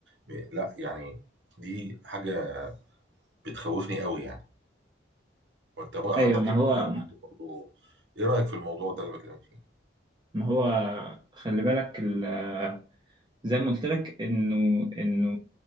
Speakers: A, on the right; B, on the right.
A: ب- لا يعني دي حاجة بتخوفني قوي يعني وانت بقى
B: أيوه
A: اعتقد
B: ما هو
A: الموضوع ده برضه ايه رأيك في الموضوع ده اللي بكلمك فيه؟
B: ما هو خلي بالك ال- زي ما قلت لك إنه إنه